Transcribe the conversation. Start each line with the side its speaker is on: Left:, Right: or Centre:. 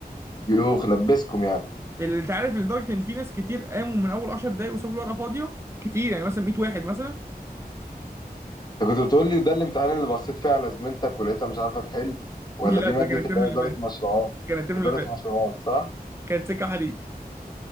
Left: يوخ لبسكم يعني
Right: اللي انت عارف لدرجة ان في ناس كتير قاموا من اول 10 دقايق وسابوا الورقة فاضية كتير يعني مثلا 100 واحد مثلا
Left: انت كنت بتقول لي ده الامتحان اللي بصيت فيه على زميلتك ولقيتها مش عارفة تحل
Right: <laughs>
Left: ولا
Right: لا
Left: دي
Right: ده
Left: مادة
Right: كان
Left: اللي
Right: الترم اللي
Left: هي إدارة
Right: فات
Left: مشروعات
Right: كان الترم
Left: إدارة
Right: اللي فات
Left: مشروعات صح
Right: كانت سكة حديد